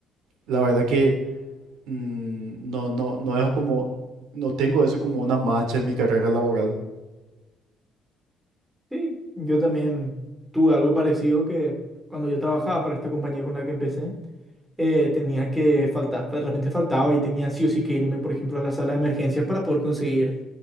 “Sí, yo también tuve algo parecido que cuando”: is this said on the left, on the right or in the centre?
Centre